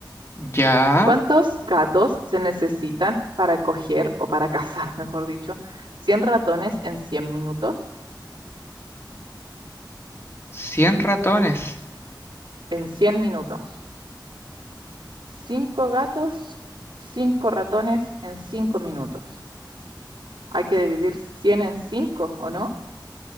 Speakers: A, on the left; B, on the right.
A: Ya
B: ¿Cuántos gatos se necesitan para coger o para cazar, <laughs> mejor dicho, 100 ratones en 100 minutos?
A: 100 ratones.
B: En cien minutos. Cinco gatos, cinco ratones en cinco minutos. Hay que dividir 100 en cinco, ¿o no?